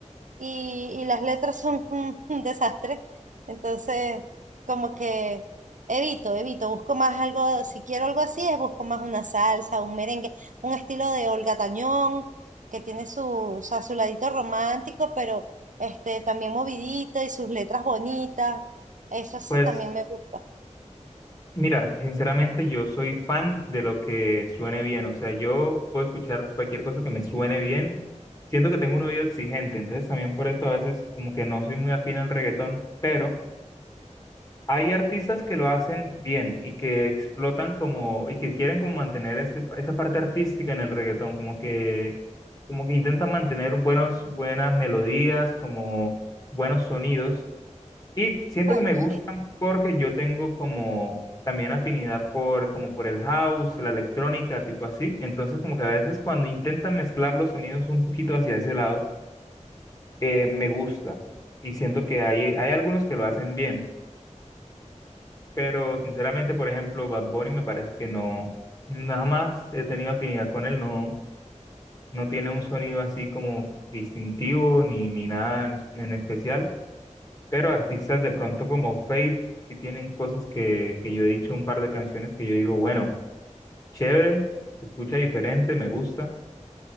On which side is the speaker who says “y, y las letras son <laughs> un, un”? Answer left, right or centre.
Right